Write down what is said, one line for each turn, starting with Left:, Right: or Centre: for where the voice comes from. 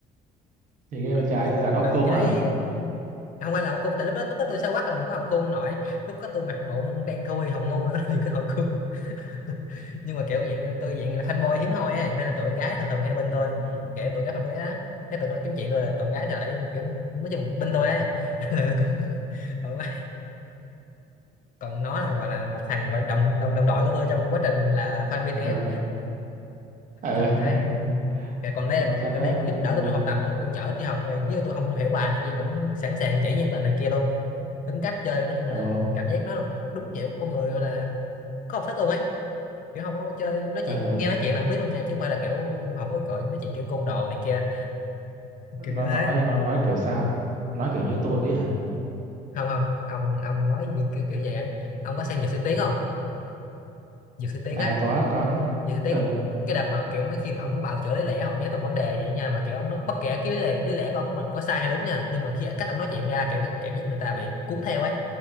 Right: thì cái bạn trai
Left: kêu tụi,
Right: dàn hậu
Left: tụi
Right: cung
Left: con gái
Right: hả
Left: không phải là hậu cung tại lúc đó lúc đó tôi xấu quắc là mình có hậu cung nội lúc đó tôi mặt mụn đen thui hồng ngu nữa <laughs> thì có hậu cung <laughs> nhưng mà kiểu dạng tôi dạng là fanboy hiếm hoi ấy nên là tụi con gái thường thường hay bên tôi
Right: Ừ.
Left: kể tụi gái fan đấy đó thế tụi nó kiếm chuyện tôi là tụi gái thì lại kiểu nói chung bên tôi ấy <laughs> là tôi cũng thoải mái. còn nó là gọi là một thằng gọi đồng đồng đồng đội của tôi trong quá trình là fan BTS
Right: ờ ờ
Left: xong cái
Right: ờ
Left: cái
Right: <laughs>
Left: còn đây
Right: Rồi sao nữa
Left: đây còn giúp
Right: có gì
Left: đỡ
Right: vui
Left: tôi trong
Right: không
Left: học tập nữa cũng chở tôi học này nếu tôi không hiểu bài này kia cũng sẵn sàng chỉ như là này kia luôn tính cách chơi nói chung là
Right: ờ
Left: cảm giác nó là đúng kiểu con người gọi là có học thức luôn ấy kiểu không có chơi nói chuyện
Right: ờ
Left: nghe nói chuyện là không biết luôn nha chứ không phải là kiểu không có cội nói chuyện kiểu côn đồ này kia
Right: nó
Left: kiểu kiểu
Right: nói
Left: thế
Right: nó nói kiểu sao nói kiểu như tôi ấy hả
Left: không không ông ông nói như kiểu kiểu vậy á ông có xem Dược Sĩ Tiến không Dược Sĩ Tiến
Right: à
Left: á
Right: có có
Left: vậy thì tiếng
Right: ờ
Left: cái đợt mà kiểu mấy khi mà ông bào chữa lý lẽ ông nhớ từng vấn đề vậy nha mà kiểu ông nó bất kể cái lý lẽ, lý lẽ của ông mà có sai hay đúng nha nhưng mà khi cách ông nói chuyện ra kiểu cảm giác người ta bị cuốn theo ấy